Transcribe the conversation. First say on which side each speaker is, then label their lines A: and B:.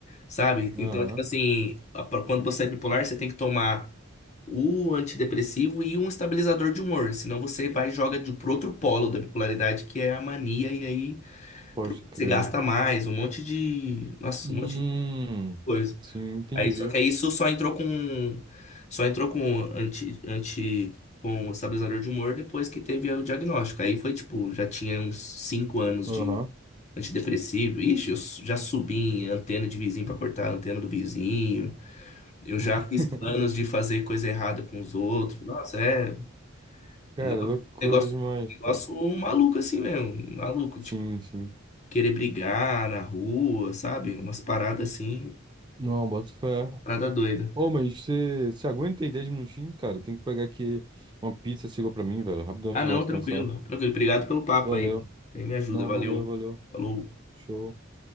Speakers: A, on the left (about 35°); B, on the right (about 20°).
A: Sabe?
B: Aham.
A: Então, tipo assim, a- pra- quando você é bipolar, você tem que tomar o antidepressivo e um estabilizador de humor. Senão você vai e joga de, pro outro polo da bipolaridade, que é a mania, e aí
B: Pode
A: pro-
B: crer.
A: você gasta mais, um monte de. Nossa,
B: Hum,
A: um monte de coisa.
B: sim, entendi.
A: Aí, só que aí isso só entrou com. Só entrou com anti, anti, com o estabilizador de humor depois que teve o diagnóstico. Aí foi tipo, já tinha uns cinco anos
B: Aham.
A: de antidepressivo. Ixi, eu su- já subi em antena de vizinho pra cortar a antena do vizinho. Eu já
B: <laughs>
A: fiz planos de fazer coisa errada com os outros. Nossa, é
B: Cara,
A: um negócio,
B: loucura
A: negócio,
B: demais,
A: negócio
B: cara.
A: maluco assim mesmo, maluco,
B: Sim,
A: tipo,
B: sim.
A: querer brigar na rua, sabe? Umas paradas assim,
B: Não, bota fé.
A: parada doida.
B: Ô, mas você você aguenta aí 10 minutinhos, cara? Tem que pegar aqui uma pizza, chegou pra mim, velho. Rapidão
A: Ah,
B: de
A: não,
B: volta
A: tranquilo,
B: com essa.
A: tranquilo. Obrigado pelo papo
B: Valeu.
A: aí, mano. Você me ajuda,
B: Não,
A: valeu.
B: valeu, valeu.
A: Falou.
B: Show.